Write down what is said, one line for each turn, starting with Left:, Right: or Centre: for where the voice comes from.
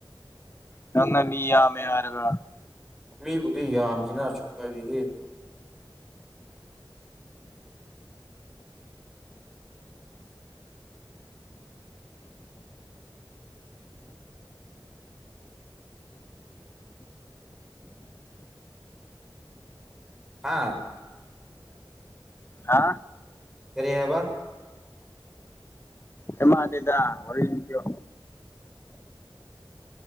Left: ꯅꯪꯅ ꯃꯤ ꯌꯝꯃꯦ ꯍꯥꯏꯔꯒ
Centre: ꯃꯤꯕꯨꯗꯤ ꯌꯥꯝꯃꯤꯅ ꯁꯨꯛꯀꯕꯤꯗꯤ ꯍꯥꯥ
Left: ꯍꯥ
Centre: ꯀꯔꯤ ꯍꯥꯏꯕ
Left: ꯑꯩꯃꯥꯟꯗꯦꯗ ꯋꯥꯔꯤ ꯂꯤꯌꯣ